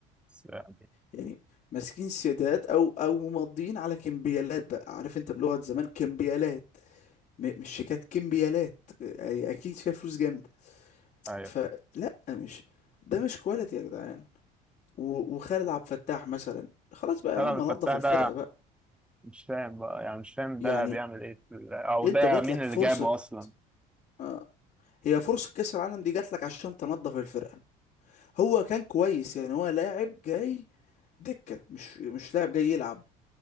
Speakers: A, in the centre; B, on the left.
A: بس يعني
B: يعني ماسكين سيادات او او ممضيين على كمبيالات بقى عارف انت بلغة زمان كمبيالات م- مش شيكات كمبيالات أي- اكيد فيها فلوس جامدة
A: أيوة.
B: فلا مش ده مش كواليتي يا جدعان و- وخالد عبد الفتاح مثلا خلاص بقى يا
A: هلا
B: عم
A: الفتاح
B: نظف الفرقة
A: ده
B: بقى
A: مش فاهم بقى يعني مش فاهم ده
B: يعني
A: بيعمل ايه في ال- او
B: انت
A: ده
B: جات
A: مين
B: لك
A: اللي
B: فرصة
A: جابه اصلا
B: آه هي فرصة كأس العالم دي جات لك عشان تنظف الفرقة هو كان كويس يعني هو لاعب جاي دكة مش مش لاعب جاي يلعب